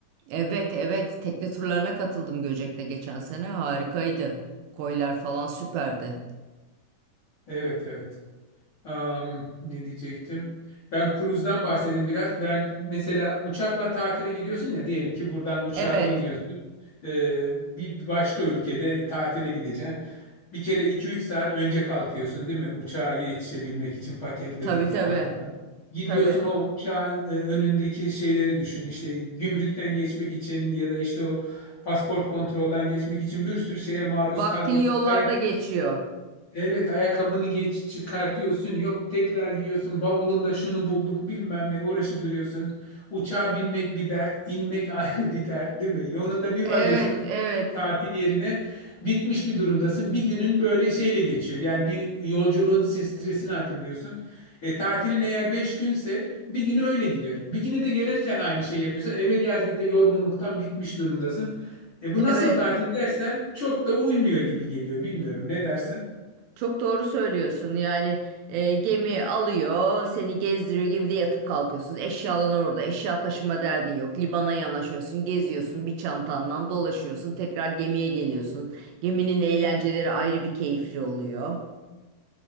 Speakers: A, on the right; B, on the left.
A: Evet, evet, tekne turlarına katıldım Göcek'te geçen sene, harikaydı. Koylar falan süperdi.
B: Evet evet. Am, ne diyecektim? Ben kruzdan bahsedeyim biraz. Ben mesela uçakla tatile gidiyorsun ya diyelim ki buradan uçağa
A: Evet,
B: biniyorsun. Ee, bir başka ülkede tatile gideceksin. Bir kere iki üç saat önce kalkıyorsun değil mi? Uçağa yetişebilmek için paketledin
A: tabii
B: falan
A: tabii,
B: filan. Gidiyorsun
A: tabii.
B: o uçağın e, önündeki şeyleri düşün. İşte gümrükten geçmek için ya da işte o pasport kontrolden geçmek için bir sürü şeye maruz
A: Vaktin
B: kalıyorsun.
A: yollarda
B: Ayak
A: geçiyor.
B: Evet ayakkabını geç çıkartıyorsun yok tekrar giyiyorsun bavulunda şunu bulduk bilmem ne uğraşıp duruyorsun. Uçağa binmek bir dert inmek <laughs> ayrı bir dert değil mi? Yolunda bir varıyorsun
A: Evet, evet,
B: tatil yerine bitmiş bir durumdasın bir günün böyle şeyle geçiyor. Yani bir yolculuğun stres- stresini atayım diyorsun. E, tatilin eğer 5 günse bir günü öyle gidiyor. Bir günü de gelirken aynı şeyi yapıyorsun eve geldiğinde yorgunluktan bitmiş durumdasın. E bu nasıl
A: evet.
B: tatil dersen çok da uymuyor gibi geliyor bilmiyorum ne dersin?
A: Çok doğru söylüyorsun. Yani e, gemi alıyor, seni gezdiriyor. Gemide yatıp kalkıyorsun. Eşyalan orada. Eşya taşıma derdin yok. Libana yanaşıyorsun, geziyorsun. Bir çantandan dolaşıyorsun. Tekrar gemiye geliyorsun. Geminin eğlenceleri ayrı bir keyifli oluyor.